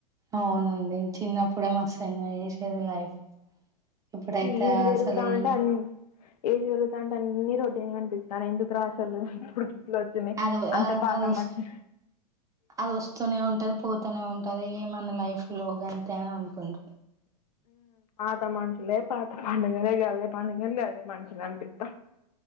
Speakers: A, on the right; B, on the left.
A: అవునండి చిన్నప్పుడే మస్తుంగా చేసేది లైఫ్ ఇప్పుడైతే
B: ఏది పెరుగుతా
A: అసలు
B: అంటే
A: ఈ
B: అన్ని ఏది పెరుగుతా అంటే అన్నిీ రొటీన్ ఏం కనిపిస్తా తను ఎందుకు రాసలేదు ఇప్పుడుకి ఇట్లా వచ్చినందియి
A: అది
B: అంత పాత
A: అది వస్
B: మని
A: అది వస్తూనే ఉంటది పోతూనే ఉంటది ఏ మన లైఫ్ లోగాంట దేనా అనుకుంట
B: పాత మనుషులే పాత పండుగ గ అదే పండుగ లే అదే మనుషులనిపిిత్త